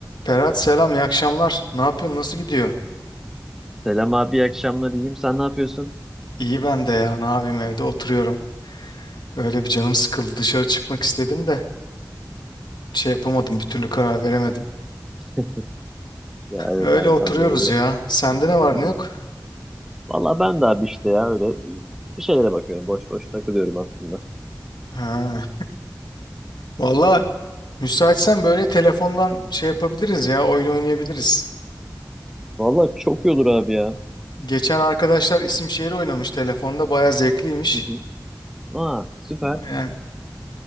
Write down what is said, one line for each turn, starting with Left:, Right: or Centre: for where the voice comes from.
Left: Berat selam, iyi akşamlar. Ne yapıyorsun, nasıl gidiyor?
Centre: Selam abi, iyi akşamlar. İyiyim. Sen ne yapıyorsun?
Left: İyi ben de ya, ne yapayım evde oturuyorum. Öyle bir canım sıkıldı, dışarı çıkmak istedim de şey yapamadım, bir türlü karar veremedim.
Centre: <laughs> Ya evet
Left: Öyle
Centre: abi
Left: oturuyoruz
Centre: tam böyle bir...
Left: ya. Sende ne var
Centre: Hı hı.
Left: ne yok?
Centre: Valla ben de abi işte ya öyle bir şeylere bakıyorum. Boş boş takılıyorum aslında.
Left: Ha. Valla müsaitsen böyle telefondan şey yapabiliriz ya, oyun oynayabiliriz.
Centre: Valla çok iyi olur abi ya.
Left: Geçen arkadaşlar isim şehir oynamış telefonda, baya zevkliymiş.
Centre: Hı hı. Aa süper.
Left: Aynen.